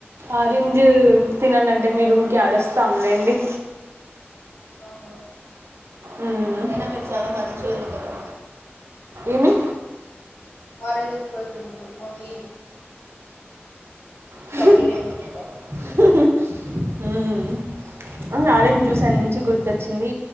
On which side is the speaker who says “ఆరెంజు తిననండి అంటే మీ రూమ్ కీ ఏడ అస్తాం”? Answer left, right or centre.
Right